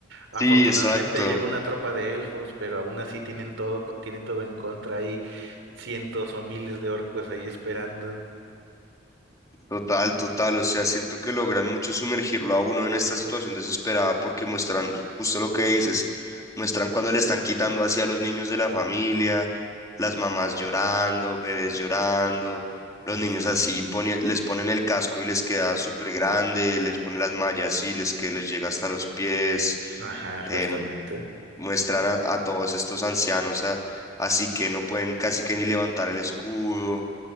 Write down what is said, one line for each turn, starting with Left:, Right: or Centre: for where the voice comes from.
Right: afortunadamente
Left: Sí, exacto.
Right: llegó una tropa de elfos, pero aún así tienen todo, tienen todo en contra, hay cientos o miles de orcos ahí esperando.
Left: Total, total, o sea, siento que logran mucho sumergirlo a uno en esta situación desesperada porque muestran justo lo que dices, muestran cuando le están quitando hacia a los niños de la familia, las mamás llorando, bebés llorando, los
Right: Ujú.
Left: niños así pone- les ponen el casco y les queda súper grande, les ponen las mallas y les que les llega hasta los pies,
Right: Ajá,
Left: eh,
Right: justamente.
Left: mu- muestran a, a todos estos ancianos a- así que no pueden casi que ni levantar el escudo